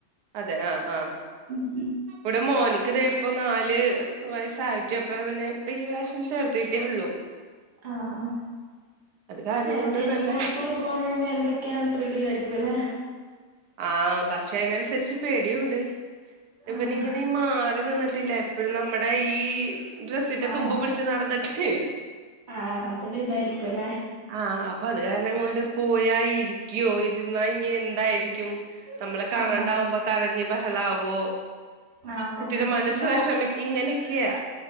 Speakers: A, on the right; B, on the right.
A: അതെ ആഹ് ആഹ്
B: ഉം
A: ഇവിടെ മോനിക്ക് തേ ഇപ്പ നാല് വയസായിട്ടു അപ്പ അവനെ ഇപ്പ ഈ പ്രാശ്യം ചേർത്തിട്ടേ ഉള്ളു
B: ആഹ് ആഹ്
A: കാരണം
B: ചേർത്തിയാ
A: കൊണ്ട്
B: ഇനിയിപ്പോ
A: നല്ല
B: സ്കൂള് പോന്നതിൻ്റെ എന്തൊക്കെയാണ് ത്രിൽ ആയിരിക്കും അല്ലെ
A: ആഹ് പക്ഷെ അയ്നനുസരിച്ച് പേടിയുണ്ട് ഇവനിങ്ങനെ
B: ആഹ്
A: മാറി നിന്നിട്ടില്ല എപ്പഴും നമ്മുടെ ഈ ഡ്രസ്സിന്റെ
B: ആഹ്
A: തുമ്പ് പിടിച്ച് നടന്നിട്ടേയ്
B: ആഹ് അതൊരു ഇതായിരിക്കും അല്ലേ
A: ആഹ് അപ്പൊ അത് കാരണം കൊണ്ട് പോയ ഇരിക്കോ ഇരുന്നാ ഇനി എന്തായിരിക്കും നമ്മളെ കാണാണ്ടാവുമ്പോ
B: ആഹ്
A: കരഞ്ഞ് ബഹളാവോ
B: ആഹ് അതന്നെ
A: കുട്ടിയുടെ മനസ്സ്
B: എന്നാ
A: വിഷമിക്ക ഇങ്ങനെക്കെയാ